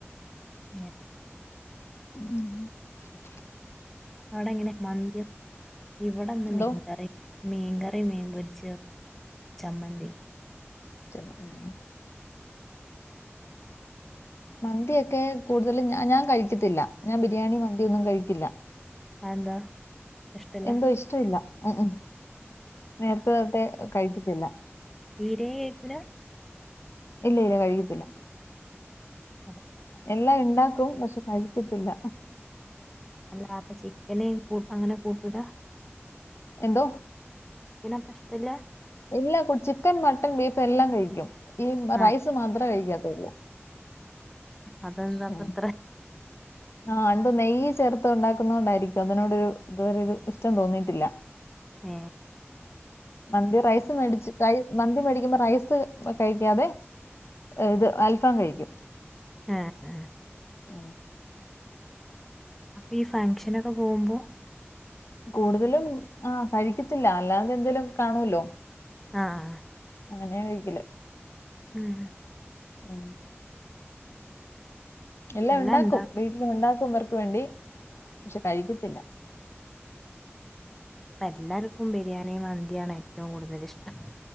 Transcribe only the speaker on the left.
ഉം
എന്തോ
ച ഉ മന്തി ഒക്കെ കൂടുതലും ഞ ഞാൻ കഴിക്കത്തില്ല ഞാൻ ബിരിയാണി മന്തി ഒന്നും കഴിക്കില്ല,
എന്തോ ഇഷ്ടമില്ല ഉം ഉ നേരത്തെ തൊട്ടേ കഴറ്റിത്തില്ല
ഇല്ല ഇല്ല കഴിക്കത്തില്ല.
എല്ലാം ഉണ്ടാക്കും പക്ഷെ കഴിക്കത്തില്ല
എന്തോ
എല്ലാ ചിക്കൻ മട്ടൻ ബീഫ് എല്ലാം കഴിക്കും ഈ
റൈസ് മാത്രമേ കഴിക്കാത്തുള്ളൂ
ഉം.
ആ എന്തോ നെയ്യ് ചേർത്ത് ഉണ്ടാക്കുന്ന കൊണ്ടായിരിക്കും അതിനോടു ഇതുവരെ ഒരു ഇഷ്ടം തോന്നീയിട്ടില്ല
മന്തി റൈസ് മേടിച്ചിട്ടായി മന്തി മേടിക്കുമ്പോ റൈസ് കഴിക്കാതെ ഇത് അൽഫാം കഴിക്കും
ആ
കൂടുതലും ആ കഴിക്കത്തില്ല അല്ലാതെ എന്തേലും കാണൂല്ലോ
അങ്ങനെയ കഴിക്കല
ആ എല്ലാ
ഉണ്ടാക്കും
വീട്ടില് ഉണ്ടാക്കും ഇവർക്ക് വേണ്ടി പക്ഷെ കഴിക്കത്തില്ല